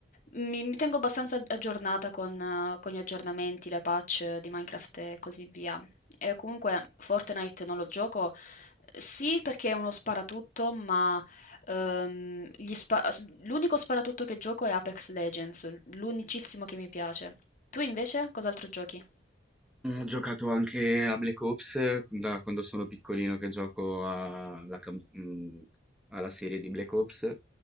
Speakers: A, on the left; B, in the centre.
A: mi, mi tengo abbastanza ag- aggiornata con, eh, con gli aggiornamenti, le patch di Minecraft e così via. E comunque Fortnite non lo gioco, sì perché è uno sparatutto, ma ehm, gli spa- s- l'unico sparatutto che gioco è Apex Legends, l'unicissimo che mi piace. Tu invece cos'altro giochi?
B: Mhmm, ho giocato anche a Black Ops eh, da quando sono piccolino che gioco a- alla cam mhmm, alla serie di Black Ops,